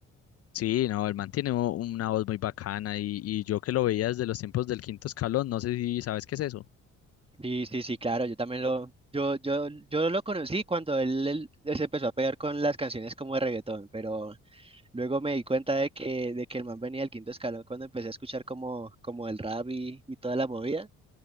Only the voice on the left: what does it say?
Sí, no, el man tiene u- una voz muy bacana y, y yo que lo veía desde los tiempos del Quinto Escalón, no sé si sabes qué es eso.